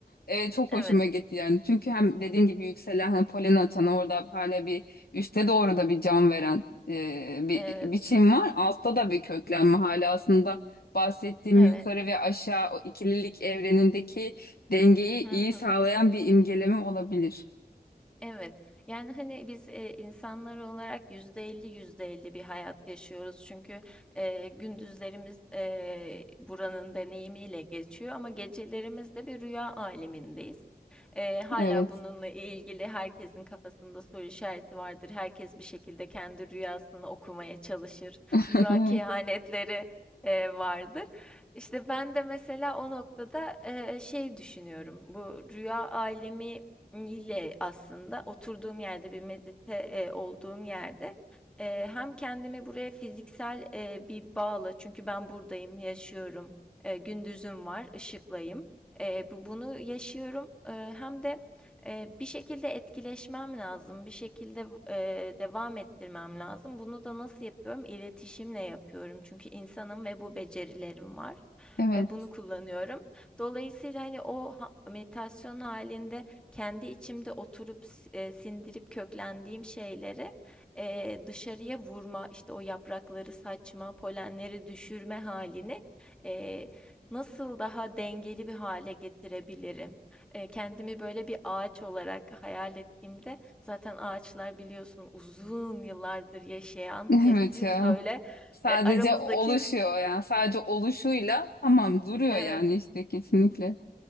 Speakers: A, on the left; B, in the centre.
A: e, çok
B: Evet,
A: hoşuma gitti yani. Çünkü hem dediğim gibi yükselen hani polen atan orada hala bir üste doğru da bir can veren e, bir
B: evet,
A: biçim var. Altta da bir köklenme hala aslında bahsettiğim
B: evet.
A: yukarı ve aşağı o ikililik evrenindeki dengeyi
B: Hı
A: iyi
B: hı.
A: sağlayan bir imgeleme olabilir.
B: Evet. Yani hani biz e, insanlar olarak yüzde elli yüzde elli bir hayat yaşıyoruz. Çünkü e, gündüzlerimiz e, buranın deneyimiyle geçiyor ama gecelerimiz de bir rüya alemindeyiz. E, hala
A: Evet.
B: bununla ilgili herkesin kafasında soru işareti vardır. Herkes bir şekilde kendi rüyasını okumaya çalışır.
A: <laughs>
B: Rüya kehanetleri e, vardır. İşte ben de mesela o noktada e, şey düşünüyorum. Bu rüya alemi ile aslında oturduğum yerde bir medite, eee, olduğum yerde, eee, hem kendimi buraya fiziksel, eee, bir bağla çünkü ben buradayım, yaşıyorum, eee, gündüzüm var, ışıklayım. Eee, bu bunu yaşıyorum, eee, hem de, eee, bir şekilde etkileşmem lazım, bir şekilde, eee, devam ettirmem lazım. Bunu da nasıl yapıyorum? İletişimle yapıyorum çünkü insanım ve bu becerilerim var.
A: Evet.
B: Eee, bunu kullanıyorum. Dolayısıyla, hani, o ha meditasyon hâlinde kendi içimde oturup e, sindirip köklendiğim şeyleri e, dışarıya vurma, işte o yaprakları saçma, polenleri düşürme halini e, nasıl daha dengeli bir hale getirebilirim? E, kendimi böyle bir ağaç olarak hayal ettiğimde zaten ağaçlar biliyorsun uzun yıllardır yaşayan sessiz
A: Evet ya.
B: böyle
A: Sadece
B: e, aramızdaki
A: oluşuyor yani sadece oluşuyla tamam duruyor
B: evet
A: yani işte kesinlikle.